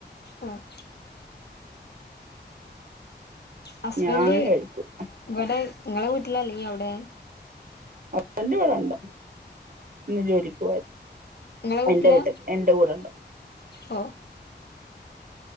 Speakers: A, on the left; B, on the right.
A: ആഹ് ഹസ്ബൻഡ്
B: ഞാന് കഴിക്കൂല
A: ഇവിടെ ഇങ്ങളെ വീട്ടിലല്ലെങ്കി അവടെ
B: ഹസ്ബൻഡ് ഇവിടെ ഇണ്ട്. ഇന്ന് ജോലികോയി
A: നിങ്ങളെ വീട്ടിലാ
B: എന്റെ വീട്ട്ട് എന്റെ കൂടെ ഇണ്ട്
A: ഓ